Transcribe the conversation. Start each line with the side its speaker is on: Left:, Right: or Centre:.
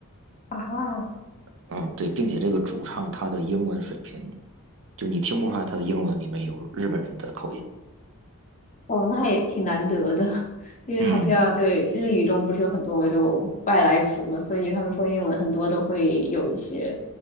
Left: 啊，
Right: 嗯，对，并且这个主唱他的英文水平，就你听不出来他的英文里面有日本人的口音。
Left: 哦，那也挺难得的，因为好像对日语中不是有很多就外来词嘛，
Right: 嗯
Left: 所以他们说英文很多都会有一些